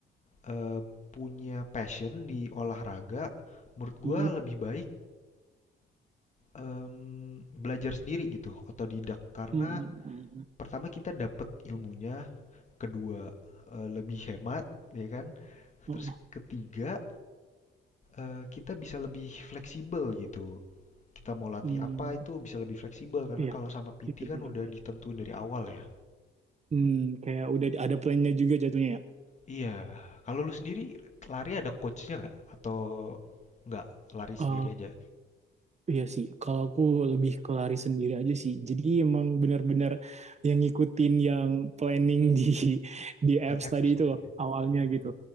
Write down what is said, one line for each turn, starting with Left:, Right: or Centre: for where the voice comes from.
Left: eh, punya passion di olahraga, menurut
Right: mm,
Left: gue lebih baik em, belajar sendiri gitu, otodidak karena
Right: mm, mm, mm, mm.
Left: pertama kita dapet ilmunya, kedua eh, lebih hemat ya kan.
Right: Oh,
Left: Terus
Right: oh.
Left: ketiga eh, kita bisa lebih fleksibel gitu. Kita mau latih
Right: Mm,
Left: apa itu bisa lebih fleksibel karena
Right: iya.
Left: kalau sama PT
Right: Iya
Left: kan
Right: benar-benar.
Left: udah ditentuin dari awal ya.
Right: Hmm, kayak udah ada plannya juga jatuhnya
Left: Iya, kalau lu sendiri lari ada coachnya nggak? Atau nggak lari sendiri
Right: ya.
Left: aja?
Right: Iya sih, kalau aku lebih ke lari sendiri aja sih. Jadi emang benar-benar yang ngikutin yang planning <laughs> di di
Left: Di
Right: apps
Left: apps
Right: tadi itu
Left: itu
Right: loh
Left: ya.
Right: awalnya
Left: Oh,
Right: gitu.